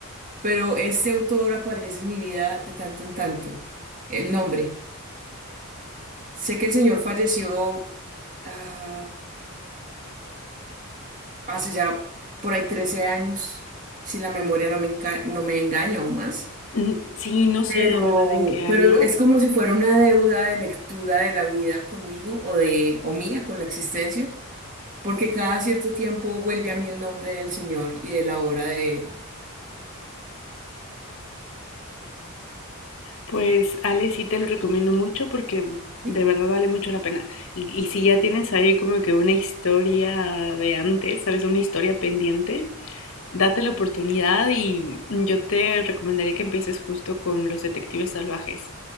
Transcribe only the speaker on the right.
pero este autor aparece en mi vida de tanto en tanto. El nombre. Sé que el señor falleció ah, hace ya por ahí 13 años, si la memoria no me, enca- no me engaña o más.
Pero,
pero es como si fuera una deuda de lectura de la vida conmigo o de, o mía con la existencia, porque cada cierto tiempo vuelve a mí el nombre del Señor y de la obra de él.
¿sí?